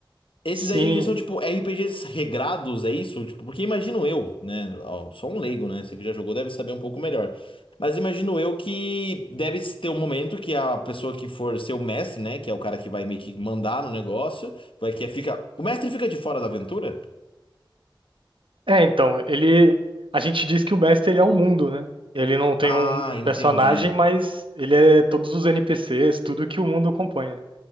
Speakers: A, on the left (about 85°); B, on the right (about 75°).
A: Esses
B: Sim.
A: aí, eles são tipo RPGs regrados, é isso? Tipo, porque imagino eu, né? Ó, sou um leigo, né? Você que já jogou deve saber um pouco melhor. Mas imagino eu que deve ter um momento que a pessoa que for ser o mestre, né? Que é o cara que vai meio que mandar no negócio, vai que fica. O mestre fica de fora da aventura?
B: É, então, ele. A gente diz que o mestre ele é o mundo, né? Ele não tem
A: Ah,
B: um, um
A: entendi.
B: personagem, mas ele é todos os NPCs, tudo que o mundo compõe, né?